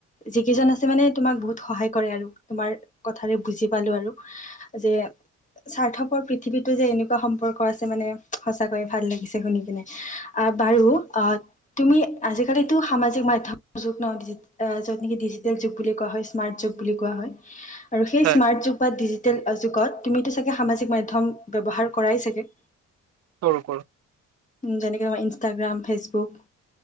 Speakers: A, on the left (about 25°); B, on the right (about 60°).
A: যিকেইজন আছে মানে তোমাক বহুত সহায় কৰে আৰু তোমাৰ কথাৰে বুজি পালোঁ আৰু যে। স্বাৰ্থপৰ পৃথিৱীতো যে এনেকুৱা সম্পৰ্ক আছে মানে সঁচাকৈয়ে ভাল লাগিছে শুনি পিনে। বাৰু তুমি আজি কালিতো সামাজিক মাধ্যমৰ যুগ ন য'ত নেকি ডি বুলি কোৱা হয় ইচমাৰ্ত যোগ বুলি কোৱা হয় আৰু সেই
B: হয়
A: ইচমাৰ্ত যোগ। ডিজিটেল যুগত তুমিতো চাগে সামাজিক মাধ্যম ব্যৱহাৰ কৰাই চাগে?
B: কৰো কৰো।
A: যেনেকে তোমাৰ ইনষ্টাগ্ৰাম ফেচবুক